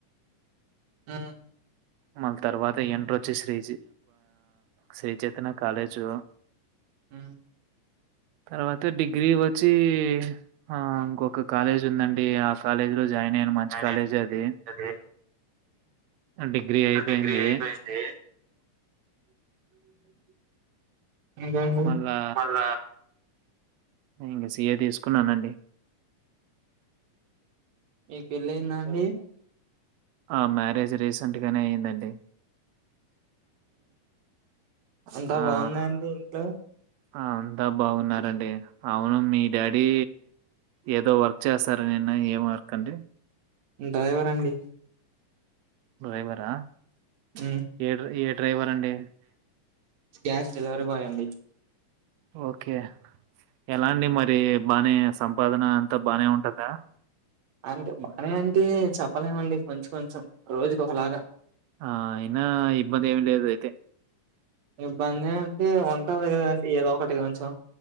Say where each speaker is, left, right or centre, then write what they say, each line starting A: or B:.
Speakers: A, on the right; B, on the right.
A: ఆ
B: మళ్ళ తర్వాత ఎంటర్ వచ్చి శ్రీ శ్రీచైతన కాలేజు
A: ఆ
B: తర్వాత డిగ్రీ వచ్చి ఆ ఇంకొక కాలేజ్ ఉందండి ఆ కాలేజ్ లో జాయిన్ అయను మంచి
A: జాయిన్
B: కాలేజ్ అది
A: అయినది
B: డిగ్రీ అయిపోయింది.
A: డిగ్రీ అయిపోయింది ఇంగంగ
B: మళ్ళా
A: మళ
B: ఇంక సీఏ తీసుకున్నానండి
A: మీకు వెళ్ళయింద అండి
B: ఆ మ్యారేజ్ రీసెంట్ గానే అయయిిందండి
A: అంతా
B: ఆ!
A: బాగున్నాండి ఇంట్లో
B: ఆ అంతా బాగున్నారండి అవును మీ డాడీ ఏదో వర్క్ చేస్తారా నిన్న ఏం వర్క్ అండి
A: డ్రైవర్ అండి
B: డ్రైవరా
A: ఉమ్
B: ఏ ఏ డ్రైవర్ అండి
A: క్యాష్ డెలివరీ బాయ్ అండి
B: ఓకే ఎలా అండి మరి బానే సంపాదన అంతా బాగానే ఉంటందా
A: అంటే మానే అంటే చెప్పలేమండి కొంచెం కొంచెం రోజుకి ఒకలాగా
B: ఆ ఇన్న ఇబ్బంది ఏమి లేద అయితే
A: ఇబ్బంది అంటే ఉంటంది కదండి ఏదో ఒకటి కొంచెం